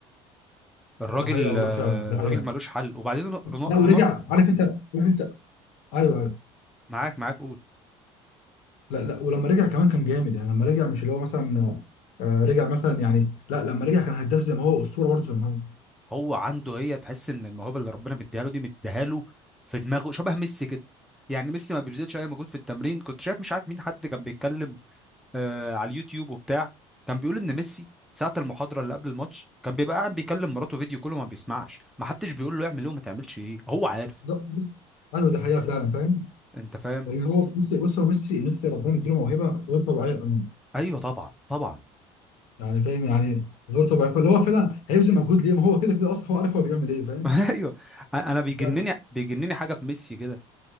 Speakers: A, in the centre; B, on the left (about 65°).
A: الراجل
B: ده حقيقه والله
A: آه،
B: فعلا ده حقيقه
A: الراجل ملوش حل وبعدين رنا
B: لا ورجع
A: رنا
B: عارف انت عارف انت ايوه
A: معاك معاك قول
B: لا لا ولما رجع كمان كان جامد يعني لما رجع مش اللي هو مثلا آه، رجع مثلا يعني لا لما رجع كان هداف زي ما هو اسطوره برضه زي ما هو
A: هو عنده هي تحس ان الموهبه اللي ربنا مديها له دي مديها له في دماغه شبه ميسي كده يعني ميسي ما بيبذلش اي مجهود في التمرين كنت شايف مش عارف مين حد كان بيتكلم آه، على اليوتيوب وبتاع كان بيقول ان ميسي ساعة المحاضرة اللي قبل الماتش كان بيبقى قاعد بيكلم مراته فيديو كله ما بيسمعش ما حدش بيقول له اعمل ايه وما تعملش ايه هو عارف
B: ده ده- ايوه دي حقيقه فعلا فاهم
A: انت فاهم
B: لان هو بص بص هو ميسي ميسي ربنا يديله موهبه غير طبيعيه بامانه
A: ايوه طبعا طبعا
B: يعني فاهم يعني غير طبيعيه فاللي هو فعلا هيبذل مجهود ليه ما هو كده كده اصلا هو عارف هو بيعمل ايه فاهم
A: <laughs> ايوه أ- انا بيجنني
B: بجد.
A: بيجنني حاجة في ميسي كده